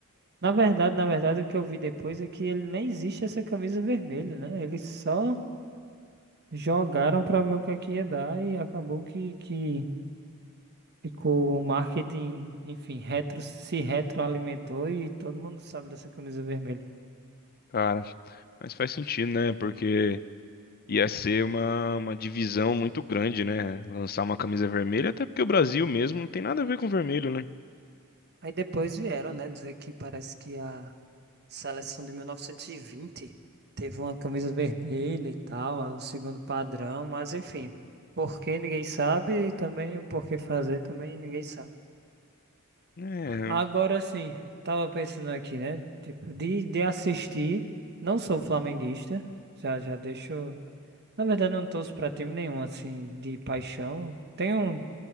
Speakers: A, on the right (about 50°); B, on the left (about 40°).
A: Na verdade, na verdade, o que eu vi depois é que ele nem existe essa camisa vermelha, né? Eles só jogaram pra ver o que é que ia dar e acabou que, que ficou o marketing, enfim, retro, se retroalimentou e todo mundo sabe dessa camisa vermelha.
B: Cara, mas faz sentido, né? Porque ia ser uma, uma divisão muito grande, né? Lançar uma camisa vermelha, até porque o Brasil mesmo não tem nada a ver com vermelho, né?
A: Aí depois vieram, né, dizer que parece que a Seleção de 1920 teve uma camisa vermelha e tal, é o segundo padrão, mas enfim, por que ninguém sabe e também o porquê fazer também ninguém sabe.
B: É,
A: Agora sim, tava pensando aqui, né? Tipo, de, de assistir, não sou flamenguista, já já deixo. Na verdade, eu não torço pra time nenhum, assim, de paixão. Tem um.